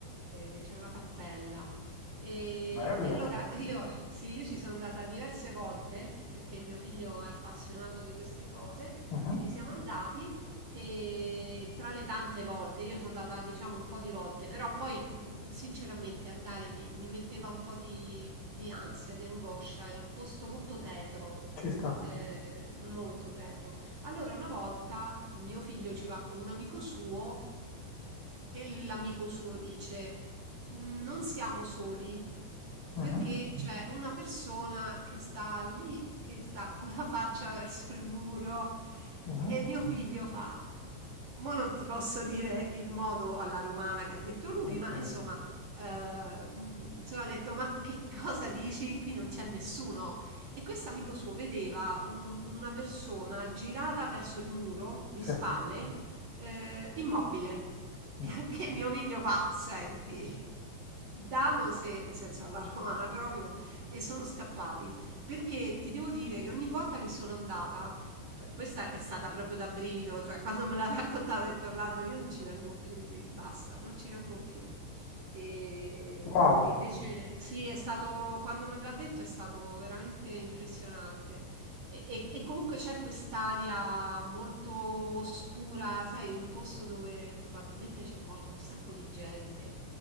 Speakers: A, on the right; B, on the left.
A: eh, c'è una cappella. E,
B: bello.
A: e allora Bello. io, sì, io ci sono andata diverse volte perché mio figlio è appassionato di queste cose.
B: Mhm,
A: Quindi siamo andati e tra le tante volte, io sono andata diciamo un po' di volte, però poi mh, sinceramente andare mi, mi metteva un po' di, di ansia, di angoscia, è un posto molto tetro,
B: Ci sta.
A: eh, molto tetro. Allora una volta mio figlio ci va con un amico suo e l'amico suo dice non siamo soli
B: Mhm,
A: perché Mhm. c'è una persona che sta lì, che sta <laughs> con la faccia verso il muro
B: mhm,
A: e mio Mhm. figlio fa. Mo non ti posso dire il modo alla romana che ha detto lui,
B: ok,
A: ma insomma, eh, mh, insomma, ha detto: Ma che cosa dici? Qui non c'è nessuno. E questo amico suo vedeva un- una persona girata verso il muro di spalle,
B: sì,
A: eh, immobile. <laughs>
B: mm.
A: E Che mio figlio fa: Senti, Damose, nel senso alla romana proprio, e sono scappati. Perché ti devo dire che ogni volta che sono andata, questa è stata proprio da brivido, cioè quando me l'ha raccontata ho detto Orlando, io non ci vengo più lì, basta, non ci vengo più. E,
B: Wow.
A: e invece sì, è stato, quando me l'ha detto è stato veramente impressionante. E, e- e comunque c'è quest'aria molto oscura, sai, un posto dove probabilmente c'è morta un sacco di gente.